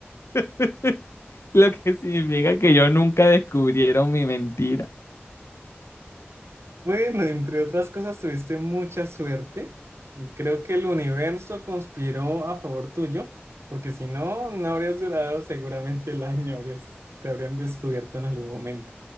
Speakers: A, on the left; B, on the right.
A: <laughs> lo que significa que yo nunca descubrieron mi mentira.
B: Bueno, entre otras cosas, tuviste mucha suerte. Creo que el universo conspiró a favor tuyo, porque si no, no habrías durado seguramente el año, habrías- te habrían descubierto en algún momento.